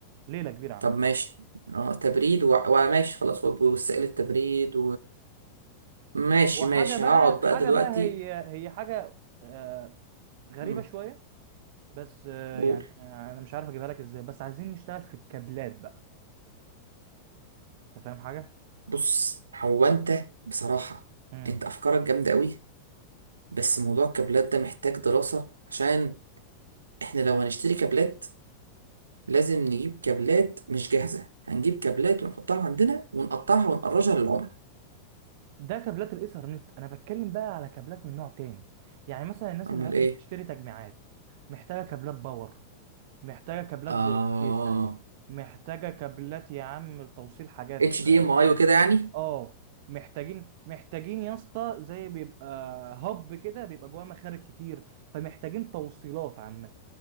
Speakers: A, on the right (about 50°); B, on the right (about 75°).
A: ليلة كبيرة عامة
B: طب ماشي اه تبريد و- وماشي خلاص وب- وسائل التبريد وماشي
A: وحاجة
B: ماشي
A: بقى
B: هقعد بقى
A: حاجة
B: دلوقتي
A: بقى هي هي حاجة آه، غريبة
B: مم،
A: شوية بس آه،
B: قول
A: يعني انا مش عارف اجيبها لك ازاي بس عايزين نشتغل في الكابلات بقى انت فاهم حاجة
B: بص هو انت بصراحة
A: امم
B: انت افكارك جامدة قوي بس موضوع الكابلات ده محتاج دراسة عشان احنا لو هنشتري كابلات لازم نجيب كابلات مش جاهزة هنجيب كابلات ونحطها عندنا ونقطعها ونقرجها للعملاء
A: ده كابلات الايثرنت انا بتكلم بقى على كابلات من نوع تاني يعني مثلا الناس
B: امال
A: اللي هتيجي
B: ايه
A: تشتري تجميعات محتاجه كابلات باور محتاجه كابلات
B: اه
A: جوه الكيسه محتاجه كابلات يا عم لتوصيل حاجات
B: اتش دي
A: مختلفه
B: ام اي وكده يعني
A: اه محتاجين محتاجين يا اسطى زي بيبقى هب كده بيبقى جواه مخارج كتير فمحتاجين توصيلات عامه